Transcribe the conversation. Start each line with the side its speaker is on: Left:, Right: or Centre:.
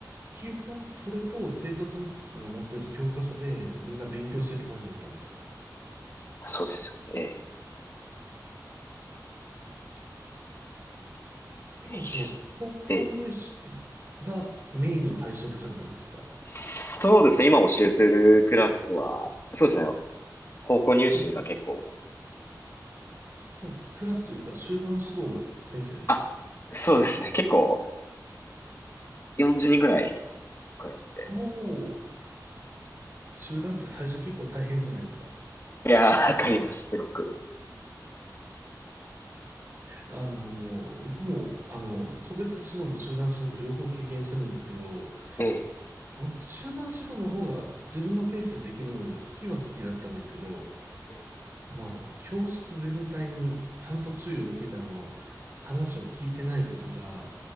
Right: 基本それと生徒さんたちの持ってる教科書でみんな勉強してって感じだったんですよね。
Left: そうですよね。ええ
Right: 今その高校入試がメインの対象って感じなんですか
Left: 平気です。え、そうですね。今教えてるクラスは、そうですね。高校入試が結構、
Right: お、じゃあクラスということは集団指導の先生ですね。
Left: あ、そうですね。結構、40人ぐらいのクラスで。
Right: おお集団って最初結構大変じゃないですか。
Left: いやー、わかります、すごく。
Right: あのー、僕も、あの、個別指導も集団指導も両方経験してるんですけど、
Left: ええ、
Right: 僕、集団指導の方が自分のペースでできるので好きは好きだったんですけど、
Left: ええ、
Right: もうあの、教室全体にちゃんと注意を向けてあの、話を聞いてない子とか、